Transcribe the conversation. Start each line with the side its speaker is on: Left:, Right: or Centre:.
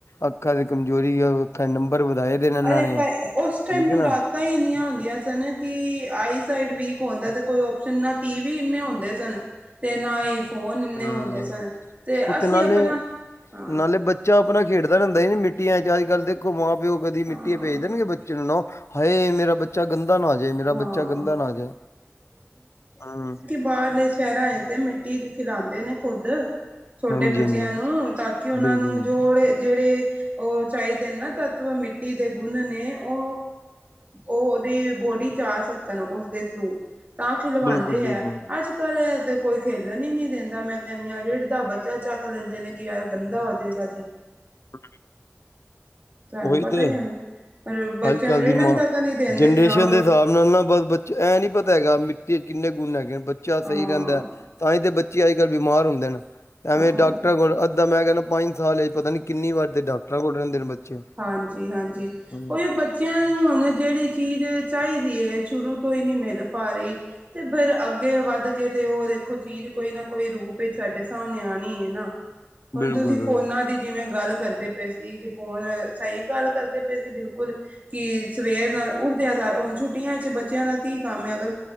Left: ਅੱਖਾਂ ਦੀ ਕਮਜ਼ੋਰੀ, ਅੱਖਾਂ ਨੰਬਰ ਵਧਾਏ ਦੇ ਨੇ ਇਹਨਾਂ
Right: ਅ
Left: ਨੇ
Right: ਤਾਂ ਉਸ ਟਾਈਮ
Left: ਠੀਕ ਹੈ
Right: ਖੁਰਾਕਾਂ
Left: ਨਾ।
Right: ਈ ਇੰਨੀਆਂ ਹੁੰਦੀਆਂ ਸਨ ਕਿ ਆਈ ਸਾਈਡ ਵੀਕ ਹੁੰਦਾ ਤੇ ਕੋਈ ਓਪਸ਼ਨ ਨਾ ਟੀ ਵੀ ਏਨੇ ਹੁੰਦੇ ਸਨ ਤੇ ਨਾ ਈ ਫੋਨ ਏਨੇ
Left: ਹਮ।
Right: ਹੁੰਦੇ ਸਨ ਤੇ
Left: ਉਤੇ
Right: ਅਸੀਂ
Left: ਨਾਲੇ
Right: ਆਪਣਾ ਹਾਂ।
Left: ਨਾਲੇ ਬੱਚਾ ਆਪਣਾ ਖੇਡਦਾ ਰਹਿੰਦਾ ਸੀ ਮਿੱਟੀਆਂ 'ਚ। ਅੱਜ ਕੱਲ ਦੇਖੋ ਮਾਂ ਪਿਓ ਕਦੀ ਮਿੱਟੀ
Right: ਹਾਂ
Left: 'ਚ ਭੇਜ ਦੇਣਗੇ ਬੱਚੇ ਨੂੰ ਨਾ। ਹਾਏ ਮੇਰਾ ਬੱਚਾ ਗੰਦਾ ਨਾ ਓ ਜੇ -ਮੇਰਾ
Right: ਹਾਂ
Left: ਬੱਚਾ ਗੰਦਾ ਨਾ ਓ ਜੇ ਹਾਂ
Right: ਬਾਰਲੇ ਸ਼ੈਰਾਂ ਵਿਚ ਤੇ ਮਿੱਟੀ ਚ ਖਿਲਾਂਦੇ ਨੇ ਖੁੱਦ। ਛੋਟੇ
Left: ਹਾਂਜੀ
Right: ਬੱਚਿਆਂ
Left: ਹਾਂਜੀ
Right: ਨੂੰ ਤਾਂ ਕਿ ਓਨਾਂ
Left: ਬਿਲਕੁਲ
Right: ਨੂੰ ਜੋੜੇ ਜੇੜੇ ਓ ਚਾਈਦੇ ਨੇ ਨਾ ਤੱਤਵ ਮਿੱਟੀ ਦੇ ਗੁਣ ਨੇ। ਓ ਓਦੀ ਬੋਡੀ ਜਾ ਸਕਣ ਉਸਦੇ ਥਰੂ ਤਾਂ ਖਿਲਵਾਉਂਦੇ
Left: ਬਿਲਕੁਲ ਬਿਲਕੁਲ
Right: ਹੈ ਅੱਜ ਕੱਲ ਕੋਈ ਖੇਲਣ ਹੀ ਨਹੀਂ ਦਿੰਦਾ ਮੈਂ ਕਹਿੰਦੀ ਹਾਂ ਰੇੜ ਦਾ ਬੱਚਾ ਚੱਕ ਲੈਂਦੇ ਨੇ ਕਿ ਯਾਰ ਗੰਦਾ ਹੋਜੇਗਾ ਜੀ।
Left: ਅ
Right: ਤੁਹਾਨੂੰ
Left: ਉਹੀ
Right: ਪਤਾ
Left: ਤੇ
Right: ਹੀ ਹੈ ਨਾ ਬੱਚਿਆਂ
Left: ਅੱਜ ਕੱਲ
Right: ਨੂੰ ਰਿੜਨ
Left: ਦੀ ਮਾਂ
Right: ਤੱਕ ਨਹੀਂ ਦਿੰਦੇ
Left: ਜਨਰੇਸ਼ਨ
Right: ਕਿ ਹਾਂ ਬਈ
Left: ਦੇ ਹੁਣਨਾ ਬਸ ਬੱਚਾ ਐਂ ਨੀ ਪਤਾ ਹੈਗਾ ਮਿੱਟੀ ਚ ਕਿੰਨੇ ਗੁਨ ਹੈਗੇ ਬੱਚਾ ਸਹੀ
Right: ਹਾਂ
Left: ਰਹਿੰਦਾ। ਦੇ ਬੱਚੇ ਅੱਜ ਕੱਲ੍ਹ ਬਿਮਾਰ ਹੁੰਦੇ ਨੇ ਐਵੇਂ
Right: ਹਾਂ
Left: ਡਾਕਟਰਾਂ ਕੋਲ ਅੱਧਾਂ ਮੈਂ ਕਹਿਿੰਦਾ ਪੰਜ ਸਾਲੇ ਜ ਪਤਾ ਨੀ ਕਿੰਨੀ ਵਾਰ ਦੇ ਡਾਕਟਰਾਂ ਕੋਲ ਰਹਿੰਦੇ ਨੇ ਬੱਚੇ
Right: ਹਾਂਜੀ ਹਾਂਜੀ
Left: ਹੂੰ,
Right: ਉਹਹੀ ਉਹ ਬੱਚਿਆਂ ਨੂੰ ਹੁਣ ਜਿਹੜੀ ਚੀਜ਼ ਚਾਹੀਦੀ ਹੈ ਸ਼ੁਰੂ ਤੋਂ ਹੀ ਨਹੀਂ ਮਿਲ ਪਾ ਰੀ ਤੇ ਫਿਰ ਅੱਗੇ ਵੱਧ ਕੇ ਤੇ ਉਹ ਦੇਖੋ ਚੀਜ਼ ਕੋਈ ਨਾ ਕੋਈ ਰੂਪ ਵਿੱਚ ਸਾਡੇ ਸਾਹਮਣੇ ਆਉਣੀ ਹੈ ਨਾ ਹੁਣ
Left: ਬਿਲਕੁਲ
Right: ਤੁਸੀਂ
Left: ਬਿਲਕੁਲ
Right: ਫੋਨਾਂ ਦੀ ਜਿਵੇਂ ਗੱਲ ਕਰਦੇ ਪਏ ਸੀ ਕਿ ਫੋਨ ਸਹੀ ਗੱਲ ਕਰਦੇ ਪਏ ਸੀ ਬਿਲਕੁਲ। ਕਿ ਸਵੇਰ ਨਾਲ ਉੱਠਦਿਆਂ ਸਾਰ ਹੁਣ ਛੁੱਟੀਆਂ ਚ ਬੱਚਿਆਂ ਦਾ ਕੀ ਕੰਮ ਆ ਅਗਰ